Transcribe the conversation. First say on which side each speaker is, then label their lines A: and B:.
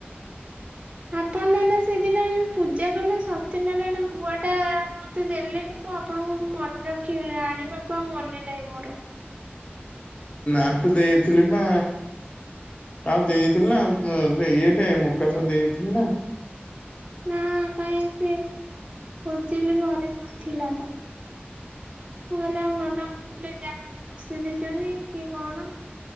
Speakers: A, on the right; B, on the left.
A: ଆପଣ ନନା ସେଦିନ ଯୋଉ ପୂଜା କଲେ ସତ୍ୟ ନାରାୟଣ ଗୁଆ ଟା ମତେ ଦେଲେନି। ମୁଁ ଆପଣଙ୍କଠୁ ମନେ ରଖିବି ବିଲି ଆଣିବାକୁ ଆଉ ମନେ ନାହିଁ ମୋର।
B: ଆଙ୍କୁ ଦେଇଥିଲି ବା। ଆଉ ଦେଇଥିଲି ନା ଆଉ ଇଏଟ ମୁକାସ ଦେଇଥିଲି ନା।
A: ନା କାଇଁକି ସିଏ ଖୋଜିଲି ଘରେ ନଥିଲା ତ। ମୁଁ କହିଲି ଆଉ ନନା ଭୁଲରେ ବ୍ୟାଙ୍କରେ ପଶେଇ ଦେଇଛନ୍ତି କି କଣ?